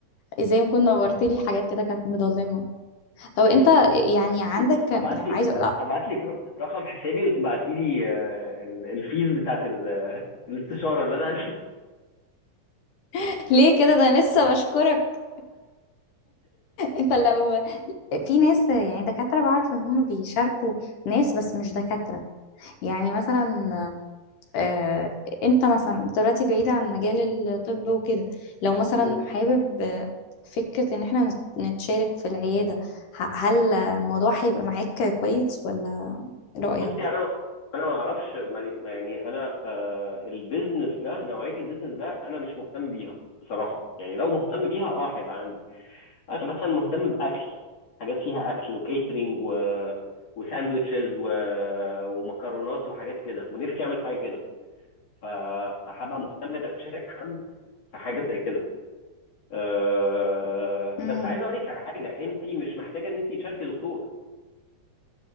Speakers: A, on the left; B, on the left.
A: ازاي ما كنت نورت لي حاجات كده كانت مضلمة طب
B: اي
A: انت
B: خدمه
A: يعني عندك يعني
B: هبعت لك
A: عايزة لا
B: هبعت لك ر- رقم حسابي وتبعتي لي آه، ال- الفيز بتاعت ال- آه، الاستشاره اللي انا
A: <laughs> ليه كده ده انا لسه بشكرك انت لو في ناس يعني دكاترة بعرف ان هم بيشاركوا ناس بس مش دكاترة يعني مثلا آه انت مثلا انت دلوقتي بعيدة عن مجال الطب وكده لو مثلا
B: <laughs>
A: حابب آه، فكرة ان احنا نت- نتشارك في العيادة ه- هل الموضوع هيبقى معاك كويس ولا رأيك؟
B: بصي انا انا ما اعرفش مالي- ما يعني انا آه البيزنس ده نوعيه البيزنس ده انا مش مهتم بيها بصراحه يعني لو مهتم بيها اه هيبقى عندي انا مثلا مهتم باكل حاجات فيها اكل وكيترينج و وساندوتشز و... ومكرونات وحاجات كده ونفسي اعمل حاجه كده ف... فهبقى مهتم ان أنا اشارك حد في حاجه زي كده أه...
A: امم
B: بس عايز اقول لك على حاجه انت مش محتاجه ان انت تشاركي دكتور